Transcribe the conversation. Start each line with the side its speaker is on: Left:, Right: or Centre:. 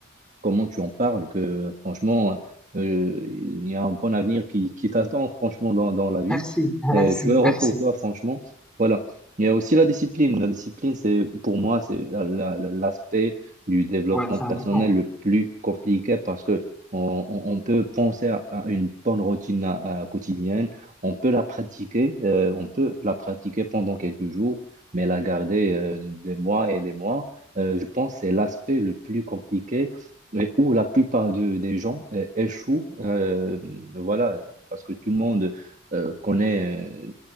Right: comment tu en parles, que franchement, euh, il y a un bon avenir qui, qui t'attend, franchement, dans, dans la vie.
Centre: merci, <laughs>
Right: Et
Centre: merci,
Right: je suis
Centre: merci.
Right: heureux pour toi, franchement. Voilà. Il y a aussi la discipline. La discipline, c'est, pour moi, c'est la- la- la- l'aspect du développement
Centre: Ouais, c'est
Right: personnel
Centre: important.
Right: le plus compliqué parce que on, on- on peut penser à, à une bonne routine à- à quotidienne, on peut la pratiquer, euh, on peut la pratiquer pendant quelques jours, mais la garder euh, des mois et des mois, euh, je pense que c'est l'aspect le plus compliqué mais où la plupart de- des gens euh, échouent, euh, voilà, parce que tout le monde euh, connaît euh,